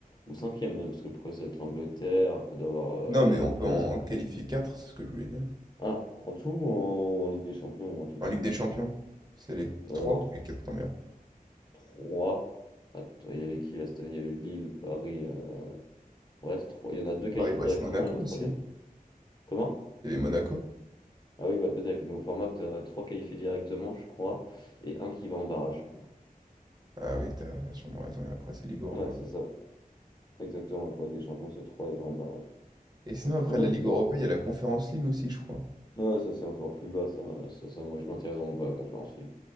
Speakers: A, on the left; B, on the right.
A: Ou cinquième même, parce que le premier, ça va être l'Angleterre, après d'avoir
B: Non,
A: les,
B: mais on peut
A: les-
B: en qualifier quatre c'est ce que je voulais dire.
A: Ah, en tout ou en, ou en Ligue des Champions, en tout, tout,
B: En Ligue
A: tout.
B: des Champions, c'est les
A: Euh,
B: 3
A: dans
B: ou les 4 premières.
A: trois. Attends, il y avait qui là cette année? Il y avait Lille, Paris, euh, Brest. trois- Il y en a deux qualifiés
B: Paris-Brest-Monaco
A: directement et un
B: aussi.
A: troisième. Comment?
B: Il y avait Monaco.
A: Ah oui, bah peut-être avec le nouveau format, t'as trois qualifiés directement, je crois, et un qui va en barrage.
B: Ah oui, t'as sûrement raison, et après, c'est Ligue Europa.
A: Ouais, c'est ça. Exactement, pour la Ligue des Champions, c'est trois et un en barrage.
B: Et sinon, après
A: Non,
B: la
A: la Ligue
B: Ligue
A: Europe.
B: Europa, il y a la Conference League aussi, je crois.
A: Ouais, ça c'est encore plus bas, ça. Ça, ça, moi je m'intéresse vraiment pas à la Conférence League,